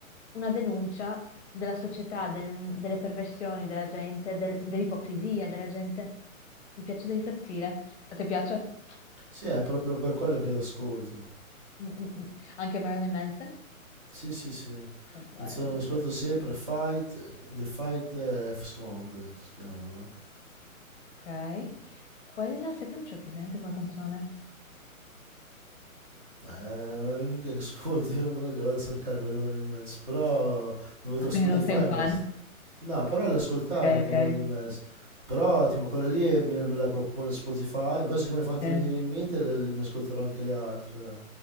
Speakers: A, on the left; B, on the right.
A: una denuncia della società, del- delle perversioni della gente, del- dell'ipocrisia della gente. Mi piace da impazzire. A te piace?
B: Sì, è proprio per quello che l'ascolto.
A: Mm, mm, mm. Anche Marilyn Manson?
B: Sì, sì, sì.
A: Che bello.
B: Canzone che ascolto sempre Fight, The Fight F Song si chiama, no?
A: Ok. Quella sai che non ce l'ho presente come canzone?
B: Eh, È l'unica che ascolto, io non è che la vado a cercare quelle di Marilyn Manson, però lo metto
A: Ah, quindi
B: su Spotify,
A: non sei un fan?
B: metto... no, però l'ho ascoltata
A: Ok,
B: anche
A: ok.
B: Marilyn Manson, però tipo quella lì me, me la propone Spotify, adesso che mi hai fatto
A: Sì.
B: venire in mente le- mi ascolterò anche le altre, dai.